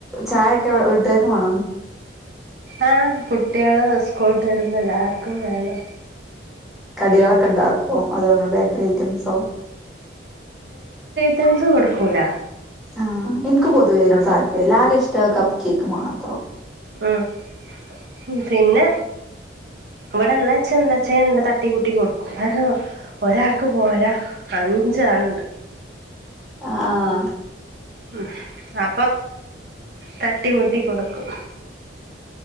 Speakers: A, in the centre; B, on the right.
A: ചായൊക്കെ വീട്ടാർക്കും മാണോ
B: ആഹ കുട്ട്യാള് സ് സ്ക്കോള്ട്ട് വരുമ്പം എല്ലാർക്കും വേണം
A: കട്യേളക്കെ ഉണ്ടാക്കോ അതോ നമ്മൾ ബേക്കറി ഐറ്റംസോ
B: തവിസ് കൊടുക്കൂല
A: ആഹ ഇന്ക്ക് പൊതുവെ അയിനോട് താല്പര്യല്ല ആകെ ഇഷ്ട്ടം കപ് കേക്ക് മാത്രോ
B: ഉം പിന്നെ ഇവിടെള്ളച്ചാ എന്താച്ചാ ഞാൻ തട്ടി കൂട്ടി കൊടുക്കും കാരണം ഒരാൾക്ക് പോരാ അഞ്ചാള്ണ്ട്
A: ആഹ
B: ഉം അപ്പോ തട്ടി മുട്ടി കൊടുക്കും